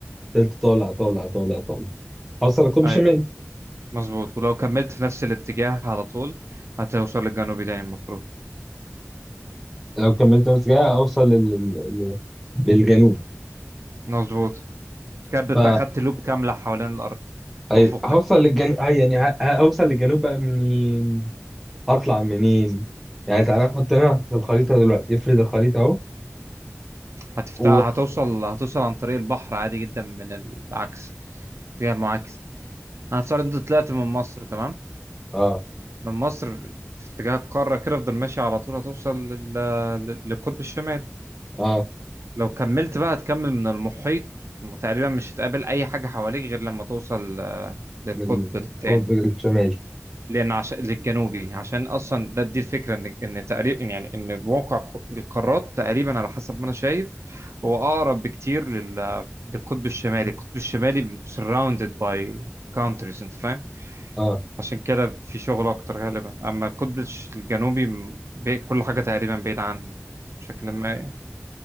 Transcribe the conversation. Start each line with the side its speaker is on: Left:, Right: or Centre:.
Centre: فضلت طالع طالع طالع طالع هوصل القطب الشمالي
Right: أيوه مظبوط ولو كملت في نفس الاتجاه على طول هتوصل للجنوبي تاني المفروض
Centre: لو كملت نفس كده اوصل لل... لل... للجنوب
Right: مظبوط كده
Centre: ف
Right: أنت أخدت لوب كاملة حوالين الأرض
Centre: أي-
Right: أفقي
Centre: هوصل للجنوب يعني ه- هوصل للجنوب بقى منين هطلع منين يعني تعالى نحط هنا في الخريطة دلوقتي افرد الخريطة اهو
Right: هتفتح
Centre: و...
Right: هتوصل هتوصل عن طريق البحر عادي جدا من العكس اتجاه المعاكس انا هتصور انت طلعت من مصر تمام
Centre: اه
Right: من مصر في اتجاه القاره كده افضل ماشي على طول هتوصل لل... لل- للقطب الشمالي
Centre: اه
Right: لو كملت بقى هتكمل من المحيط وتقريبا مش هتقابل اي حاجه حواليك غير لما توصل آه، للقطب
Centre: من
Right: الثاني
Centre: القطب الشمالي
Right: لان عشان للجنوبي عشان اصلا ده دي الفكره ان ان تقريبا يعني ان موقع ق- القارات تقريبا على حسب ما انا شايف هو اقرب بكتير لل... للقطب الشمالي القطب الشمالي surrounded by countries انت فاهم
Centre: اه
Right: عشان كده في شغل اكتر غالبا اما القطب الجنوبي م- بي- كل حاجه تقريبا بعيده عني بشكل ما